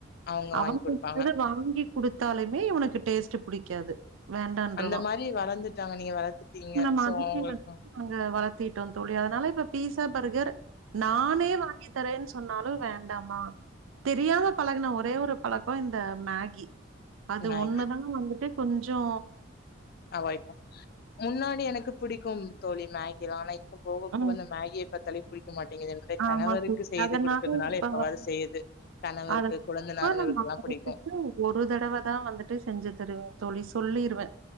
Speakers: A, on the left (about 50°); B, on the right (about 80°).
A: அவங்க
B: அவங்ககிடந்து
A: வாங்கி குடுப்பாங்க
B: வாங்கி குடுத்தாலுமே இவனுக்கு டேஸ்ட்டு புடிக்காது வேண்டான்ருவான்.
A: அந்த மாரி வளர்ந்துட்டாங்க நீங்க வளத்துட்டீங்க
B: இந்த மாதிரி
A: சோ அவுங்களுக்கு
B: வந்து நாங்க வளர்த்திட்டோ தோழி அதனால இப்போ பீஸா பர்கர் நானே வாங்கி தரேன் சொன்னாலு வேண்டாமா தெரியாம பழகுன ஒரே ஒரு பழக்கொ இந்த மேகி அது
A: மேகி
B: ஒண்ணுதா வந்துட்டு கொஞ்சோ
A: அவாய்ட் ப முன்னாடி எனக்கு பிடிக்கும் தோழி மேகிலா ஆனா இப்பொ போக
B: ம்.
A: போக அந்த மேகிய பாத்தாலே பிடிக்க மாட்டேங்குது என் னுடைய
B: ஆமா
A: கணவருக்கு
B: தோழி.
A: செய்து
B: அதனால
A: கொடுக்கறதுனால
B: இப்ப
A: எப்பவாது செய்யுது கனவருக்கு
B: அத இப்ப
A: கொழந்தனாருங்களுக்கெல்லா
B: நான் மாதத்துக்கு
A: பிடிக்கு
B: ஒரு தடவ தா வந்துட்டு செஞ்சு தருவே தோழி சொல்லிருவே